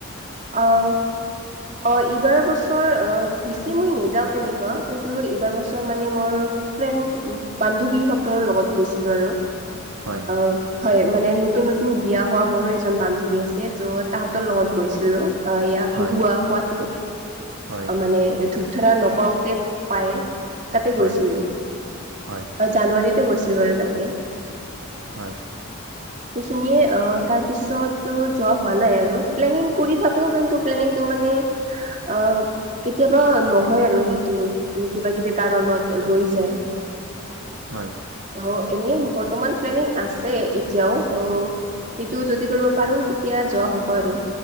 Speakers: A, on the right; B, on the right.
A: অ'। অ'এইবাৰ বছৰ অ' বেছি মই নেযাও তেনেকুৱা কিন্তু এইবাৰ বছৰ মানে মোৰ ফ্ৰেণ, বান্ধৱীহঁতৰ লগত গৈছিলোঁ আৰু।
B: হয়
A: অ', হয়, মানে ন নতুন নতুন বিয়া হোৱা মোৰো এজন বান্ধৱী আছে, ত' তাহাঁতৰ লগত গৈছিলোঁ। অ', এইয়া হুহুৱাও
B: হয়
A: কোৱাটো,
B: হয়
A: অ' মানে ধূপ ধৰা ন পাওতে পাই তাতে
B: হয়
A: গৈছিলো।
B: হয়
A: অ জানুৱাৰীত গৈছিলোঁ বাৰু তাতে।
B: হয়।
A: সেইখিনিয়ে, অ' তাৰ পিছত যোৱা হোৱা নাই আৰু, প্লেনিং কৰি চাব কিন্তু প্লানিংটো মানে অ' কেতিয়াবা নহয় আৰু সেইটো, কিবা কিবি কাৰণত ৰৈ যায়।
B: হয়।
A: ত' এনেই বৰ্তমান প্লেনিং আছে এতিয়াও, ত' সিটো যদি কৰিব পাৰো তেতিয়া যোৱা হ'ব আৰু।